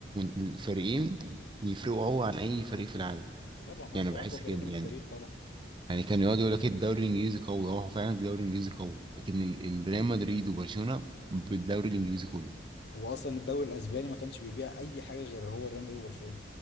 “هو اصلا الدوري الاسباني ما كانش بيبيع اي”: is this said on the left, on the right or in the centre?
Left